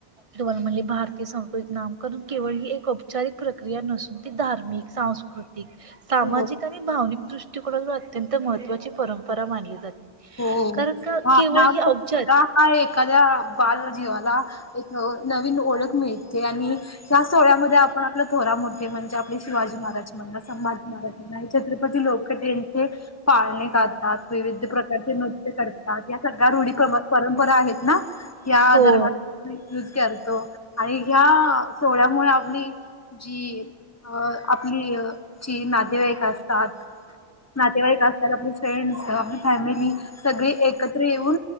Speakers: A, on the right; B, on the left.
A: तुम्हाला म्हणले भारतीय संस्कृती एक नामकरण केवळ ही एक औपचारिक प्रक्रिया नसून. ते धारमिक सांस्कृत. सामाजिक
B: हो
A: आणि भावनिक दृष्टिकोनातून अत्यंत महत्त्वाची परंपरा मानली जाते.
B: हो
A: कारण का
B: आप
A: केवळ
B: आव
A: ही औपचारिक
B: का. हा एखाद्या बालजीवाला एक नवीन ओळख मिळते आणि. जास्त वेळ्यामध्ये आपण आपलं. थोरा मोठे म्हणजे आपले शिवाजी महाराज म्हण संभाजी महाराज म्हण छत्रपती लोक त्यांचे. पाळणे खातात. विविध प्रकारचे नृत्य करतात या सगळ्या रूढी परंपरा आहेत ना. ह
A: हो
B: दरबज यूज करतो आणि ह्या सोहळ्यामुळे आपली. जी अ आपली जची नातेवाईक असतात. नातेवाईक असतात आपली फ्रेंड्स कवा आपली फॅमिली सगळी एकत्र येऊन.